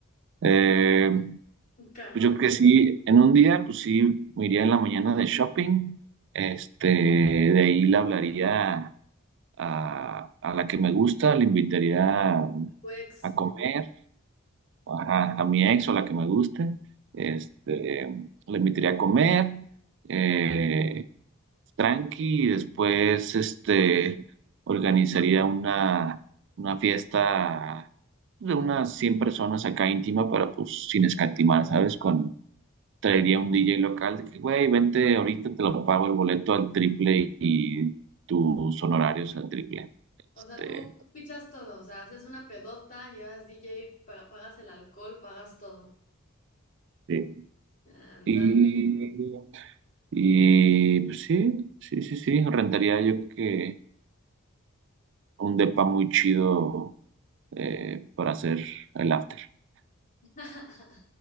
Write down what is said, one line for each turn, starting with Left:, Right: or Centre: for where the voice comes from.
Right: Eh,
Left: Un carro,
Right: Pues yo creo que sí, en un día, pues sí, me iría en la mañana de shopping. Este, de ahí le hablaría a, a la que me gusta, le invitaría a,
Left: tu ex.
Right: a comer, ajá, a, mi ex o la que me guste. Este, le invitaría a comer, eh, tranqui, y después, este, organizaría una, una fiesta de unas 100 personas acá íntima, para pues sin escatimar, ¿sabes? con traería un DJ local de que, güey, vente ahorita, te lo pago el boleto al triple y tus honorarios al triple.
Left: O
Right: Este,
Left: sea, tú pichas todo, o sea, haces una pedota, llevas DJ, pa- pagas el alcohol, pagas todo.
Right: sí.
Left: Ándale,
Right: Y, y pues sí, sí, sí, sí, rentaría yo creo que un depa muy chido eh, para hacer el after.
Left: <laughs>